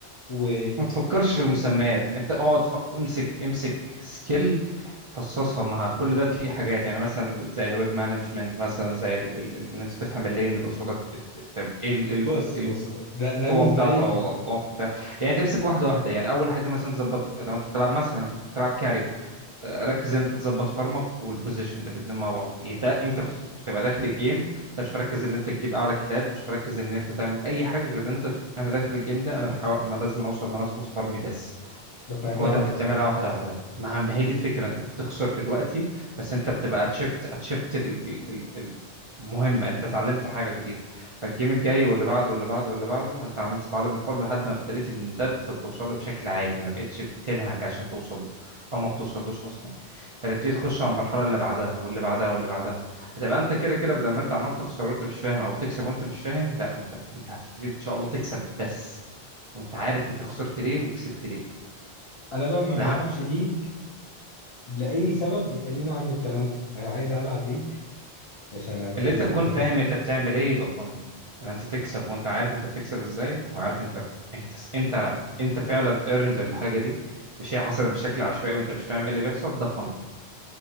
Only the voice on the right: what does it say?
ما تفكرش في المسميات انت اقعد ف... امسك امسك سكيل فصصها مع كل ده في حاجات يعني مثلا زي الويب مانجمنت مثلا زي ال- ال- ال- ان انت تفهم اللين اللي قصادك انت- طب ايه ال...
ال...
القوه
بتاعته
او الاضعاف بتاعته يعني تمسك واحده واحده يعني اول حاجه مثلا تظبط لو انت بتلعب مثلا بتلعب كاري ركز ان انت تظبط فارمك والبوزيشن الاتنين مع بعض يعني انت انت بت- بتبقى داخل الجيم انت مش مركز ان انت تجيب اعلى كيلات مش مركز ان انت تعمل اي حاجه غير ان انت انا داخل الجيم ده انا بحاول انا لازم اوصل ان انا اظبط فارمي بس
هو ده
انت بتعملها واحده واحده ما ما هي دي الفكره انت بتخسر دلوقتي بس انت بتبقى اتشفت اتشفت ال ال ال ال- مهمة انت اتعلمت حاجة جديدة فالجيم الجاي واللي بعده واللي بعده واللي بعده انت عملت تتعلم الفورم لحد ما ابتديت ان ده انت بتوصل له بشكل عادي ما بقتش بتنهج عشان توصل او ما بتوصلوش اصلا هتبتدي تخش على المرحله اللي بعدها واللي بعدها واللي بعدها هتبقى انت كده كده بدل ما انت عمال تخسر وانت مش فاهم او تكسب وانت مش فاهم لا انت انت هتبتدي ان شاء الله تكسب بس وانت عارف انت خسرت ليه وكسبت ليه
الاهم
اللي انت تكون فاهم
انت بتعمل ايه يبقى فن ان انت تكسب وانت عارف انت بتكسب ازاي وعارف انت انت انت انت فعلا earned الحاجه دي مش هي حصلت بشكل عشوائي وانت مش فاهم ايه اللي بيحصل ده فن